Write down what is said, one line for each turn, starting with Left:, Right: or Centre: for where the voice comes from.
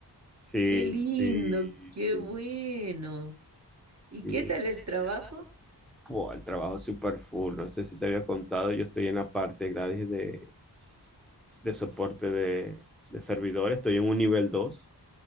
Centre: Sí,
Right: qué lindo,
Centre: sí,
Right: qué
Centre: sí,
Right: bueno. ¿Y
Centre: ¿Qué
Right: qué tal
Centre: sí.
Right: el trabajo?
Centre: Fua, el trabajo es súper full, no sé si te había contado, yo estoy en la parte gratis de, de soporte de, de servidores, estoy en un nivel dos